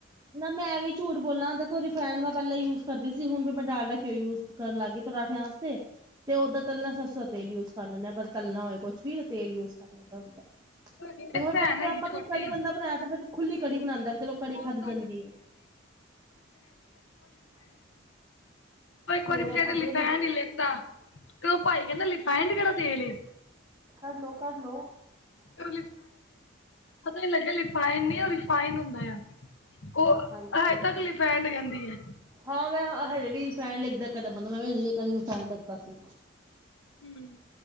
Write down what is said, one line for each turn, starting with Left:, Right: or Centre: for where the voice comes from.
Right: ਨਾ ਮੈਂ ਵੀ ਝੂਠ ਬੋਲਾਂ ਦੇਖੋ ਰਿਫੈਨਡ ਮੈਂ ਪਹਿਲਾਂ ਯੂਜ ਕਰਦੀ ਸੀ ਹੁਣ ਮੈਂ ਡਾਲਡਾ ਘਿਓ ਯੂਜ ਕਰਨ ਲੱਗ ਗਈ ਪਰਾਂਠਿਆਂ ਚ ਤੇ ਤੇ ਓਦਾਂ ਤਲਣਾ ਸਰਸੋਂ ਤੇਲ ਯੂਜ ਕਰ ਲੈਂਦੇ ਹ ਪਰ ਤਲਣਾ ਹੋਵੇ ਕੁਛ ਵੀ ਨਾ ਤੇਲ ਯੂਜ ਕਰ ਲੈਂਦਾ ਹਦਾ
Left: ਸਾਡੀ ਨਾ
Right: ਤੇ
Left: ਇੱਕ ਭੈਣ
Right: ਫਾ
Left: ਹੈਗੀ
Right: ਪਤਾ
Left: ਛੋਟੀ
Right: ਕੜੀ ਬੰਦਾ ਬਣਾਇਆ ਫਿਰ ਖੁੱਲੀ ਕੜੀ ਬਣਾਉਂਦਾ ਵੀ ਚਲੋ ਕੜੀ ਖਾਧੀ
Left: <inaudible> ਉਹ ਇੱਕ
Right: ਜਾਂਦੀ ਹੈ। ਨਹੀਂ-ਨਹੀਂ
Left: ਵਾਰੀ ਬਚਾਰੇ
Right: ਆਪਾਂ
Left: ਲਿਫੈਣ
Right: ਤੇ ਜੀ
Left: ਹੀ ਲੇਤਾ ਤੇ ਉਹ ਭਾਈ ਕਹਿੰਦਾ ਲਿਫੈਡ ਕਿਹੜਾ ਤੇਲ ਏ
Right: ਕਰ ਲੋ ਕਰ ਲਓ
Left: ਅ ਮਤਲਬ ਲਿਫੇਡ ਨਈ ਰਿਫਾਇੰਡ ਹੁੰਦਾ ਉਹ
Right: ਹਾਂਜੀ-ਹਾਂਜੀ
Left: ਅਜੇ ਤੱਕ ਲਿਫੈਂਡ ਕਹਿੰਦੀ ਐ
Right: ਹਾਂ ਮੈਂ ਹਜੇ ਵੀ ਫੈਡ ਲਿਗਦਾ ਕਦਾ ਬੰਦਾ ਮੈਂ ਕਦੇ ਫੈਨ ਲਗਦਾ ਸੀ
Left: ਹੂੰ